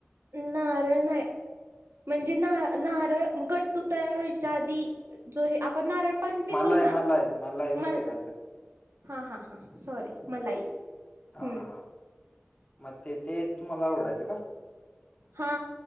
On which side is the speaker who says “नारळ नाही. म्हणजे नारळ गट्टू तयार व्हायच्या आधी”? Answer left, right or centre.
Right